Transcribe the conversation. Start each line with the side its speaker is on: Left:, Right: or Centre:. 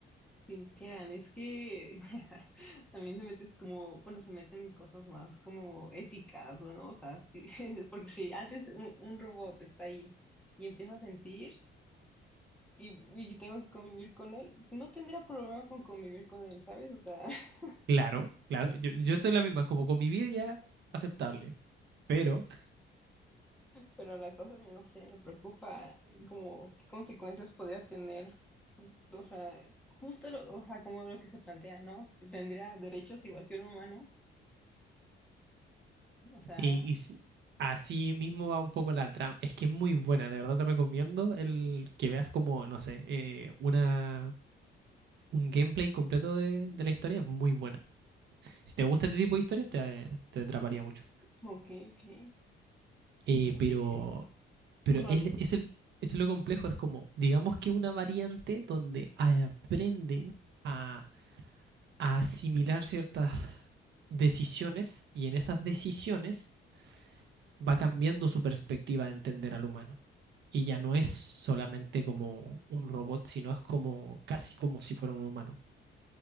Centre: Sintieran, es que <laughs> también te metes como, bueno, se meten en cosas más como éticas, ¿no? O sea, sí, <laughs> porque si antes un, un robot está ahí y empieza a sentir y, y tengo que convivir con él, no tendría problema con convivir con él, ¿sabes? O sea, <laughs>
Right: Claro, claro, yo, yo estoy en la misma, como convivir ya aceptable, pero
Centre: pero la cosa, no sé, me preocupa como qué consecuencias podría tener, o sea, justo lo, o sea, como lo que se plantea, ¿no? Que tendría derechos igual que un humano, o sea,
Right: y, y si- así mismo va un poco la trama. Es que es muy buena, de verdad te recomiendo el que veas como, no sé, eh, una, un gameplay completo de, de la historia, es muy buena. Si te gusta este tipo de historias, te, te atraparía mucho.
Centre: como que, que...
Right: Eh,
Centre: Y por
Right: pero,
Centre: ejemplo,
Right: pero
Centre: O sea,
Right: es, es el, es lo complejo, es como, digamos que una variante donde aprende a, a asimilar ciertas decisiones y en esas decisiones va cambiando su perspectiva de entender al humano. Y ya no es solamente como un robot, sino es como casi como si fuera un humano.